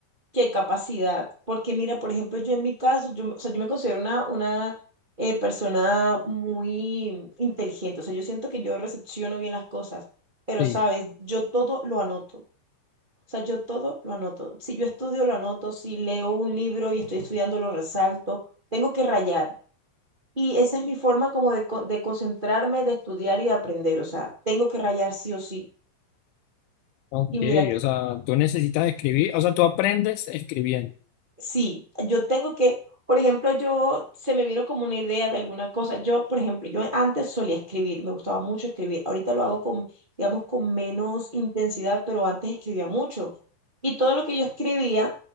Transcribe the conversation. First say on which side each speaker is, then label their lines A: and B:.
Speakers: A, on the right; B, on the left.
A: qué capacidad. Porque mira, por ejemplo, yo en mi caso, yo, o sea, yo me considero una, una eh, persona muy inteligente. O sea, yo siento que yo recepciono bien las cosas, pero
B: sí.
A: sabes, yo todo lo anoto. O sea, yo todo lo anoto. Si yo estudio, lo anoto. Si leo un libro y estoy estudiando, lo resalto. Tengo que rayar. Y esa es mi forma como de, con de concentrarme, de estudiar y de aprender. O sea, tengo que rayar sí o sí.
B: Ok,
A: Y mira, que
B: o sea, tú necesitas escribir, o sea, tú aprendes escribiendo.
A: sí, yo tengo que, por ejemplo, yo se me vino como una idea de alguna cosa. Yo, por ejemplo, yo antes solía escribir, me gustaba mucho escribir. Ahorita lo hago con, digamos, con menos intensidad, pero antes escribía mucho. Y todo lo que yo escribía,